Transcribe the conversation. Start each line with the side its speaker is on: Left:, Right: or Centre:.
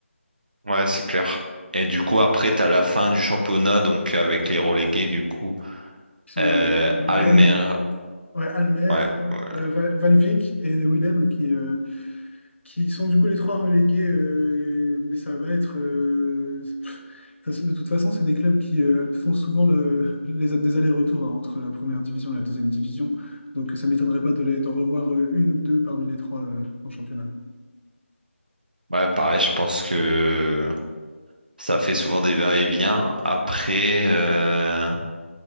Right: Ouais, c'est clair. Et du coup, après, t'as la fin du championnat, donc avec les relégués, du coup.
Left: qui sont
Right: Euh,
Left: bah, ouais, Willem,
Right: Almer,
Left: ouais, Almer,
Right: ouais.
Left: euh,
Right: Ouais,
Left: euh, Val- Valvik et Willem qui, euh, qui sont du coup les trois relégués, euh, mais ça va être... euh, pff, ça se- de toute façon, c'est des clubs qui euh, font souvent le, les, des allers-retours hein, entre la première division et la deuxième division, donc ça m'étonnerait pas de les, d'en revoir euh, une ou deux parmi les trois euh, en championnat.
Right: Ouais, pareil, je pense que ça fait souvent des va-et-vient. Après, euh,